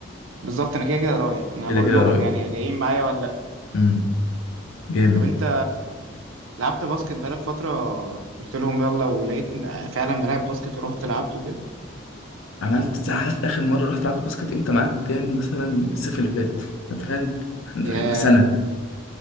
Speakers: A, on the right (about 70°); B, on the left (about 70°).
A: بالظبط انا كده كده رايح يعني
B: كده
A: انا بقول
B: كده
A: لهم
B: رايح
A: يعني جايين معايا ولا لا
B: امم جامد
A: طب انت لعبت باسكت بقالك فترة قلت لهم يلا ولقيت فعلا ملاعب باسكت ورحت لعبت وكده
B: عملت ساعات آخر مرة رحت لعبت باسكت امتى معاهم كان مثلا الصيف اللي فات انت فاهم احنا داخلين
A: ياه
B: في سنة